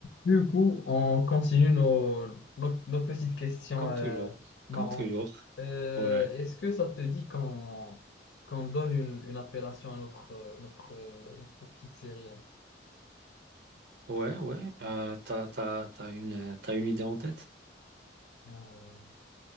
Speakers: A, on the left; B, on the right.
A: Du coup, on continue nos, nos, nos petites questions
B: Comme
A: euh,
B: toujours.
A: marrantes.
B: Comme toujours.
A: Euh,
B: Ouais.
A: est-ce que ça te dit qu'on qu'on donne une, une appellation à notre, euh, notre, euh, notre petite série là?
B: Ouais, ouais. Euh, t'as, t'as, t'as une, euh, t'as une idée en tête?
A: Euh,